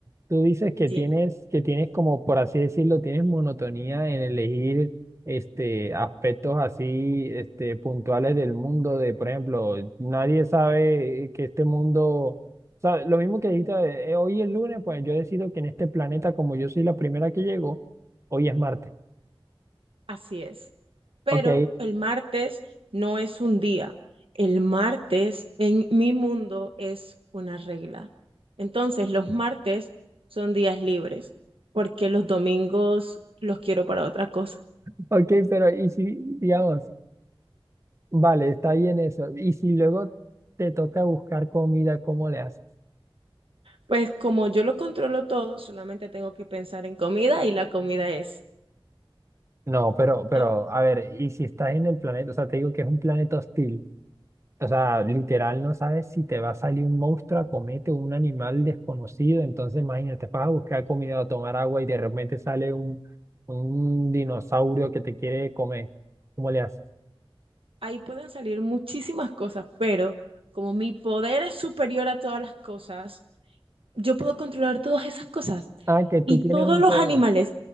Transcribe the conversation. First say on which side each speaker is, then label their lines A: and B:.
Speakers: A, on the right; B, on the right.
A: Tú dices que
B: ye-
A: tienes, que tienes como, por así decirlo, tienes monotonía en elegir este, aspectos así este, puntuales del mundo, de, por ejemplo, nadie sabe que este mundo, o sea, lo mismo que dijiste, eh, hoy es lunes, pues yo decido que en este planeta, como yo soy la primera que llego, hoy es martes.
B: así es. pero
A: Ok,
B: el martes no es un día. El martes en mi mundo es una regla. Entonces, los martes son días libres, porque los domingos los quiero para otra cosa.
A: <laughs> ok, pero y si, digamos, vale, está bien eso. Y si luego te toca buscar comida, ¿cómo le haces?
B: Pues como yo lo controlo todo, solamente tengo que pensar en comida y la comida es.
A: No, pero, pero,
B: Ta-
A: a ver, y si estás en el planeta, o sea, te digo que es un planeta hostil, o sea, literal no sabes si te va a salir un monstruo a comerte o un animal desconocido, entonces imagínate, vas a buscar comida o tomar agua y de repente sale un, un dinosaurio que te quiere comer. ¿Cómo le haces?
B: Ahí pueden salir muchísimas cosas, pero como mi poder es superior a todas las cosas, yo puedo controlar todas esas cosas.
A: Ah, que tú
B: Y
A: tienes
B: todos
A: un
B: los
A: poder.
B: animales